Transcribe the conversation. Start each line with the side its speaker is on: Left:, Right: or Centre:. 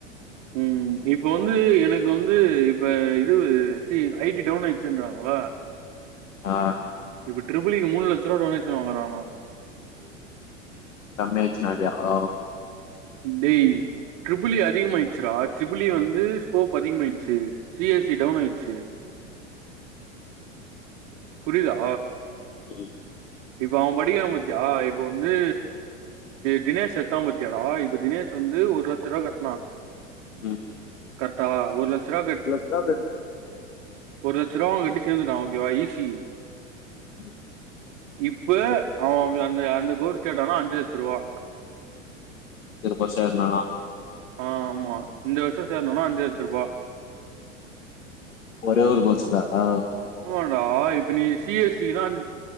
Right: ம் இப்போ வந்து எனக்கு வந்து இப்போ இது சி ஐ டி டவுன் ஆயிடுச்சுன்றாங்ள
Left: ஆ
Right: இப்ப ட்ரிபிள் ஈ க்கு மூணு லட்சோரூவா டொனேஷன் வாங்குறாங்ளா
Left: தம்யெச் நெறையா அ
Right: டேய் ட்ரிபி ஈ அதிகமா ஆயிடுச்சிரா ட்ரிபி ஈ வந்து ஸ்கோப் அதிகமா ஆயிடுச்சு சி எஸ் சி டவுன் ஆயிடுச்சு புரிதா
Left: ம்
Right: இப்ப அவன் படிக்கிறா பாத்தியா இப்ப வந்து தினேஷ் எத்தாபாத்தியடா இப்ப தினேஷ் வந்து ஒரு லட்சோரூபா கட்னா
Left: ம்
Right: கரெட்டா ஒரு லட்சோரூபா கட்
Left: லாப்ரெண்ஸ்
Right: ஒரு லட்சோ ரூபா அவன் கட்டி சேந்துட்டா ஓகேவா ஈ சி
Left: ம்
Right: இப்ப அவன் அந்த அந்த கோர்ஸ் கேட்டனா அஞ்சு லட்சோ ரூவா
Left: திரும்ப சேர்ன்னா
Right: ஆ ஆமா இந்த வருஷோ சேரணுனா அஞ்சு லட்சோ ரூபா
Left: ஒரே ஒரு கோர்ஸ்சுதா ஆ
Right: ஆமாடா இப்ப நீ சி எஸ் சின்னா அஞ்ச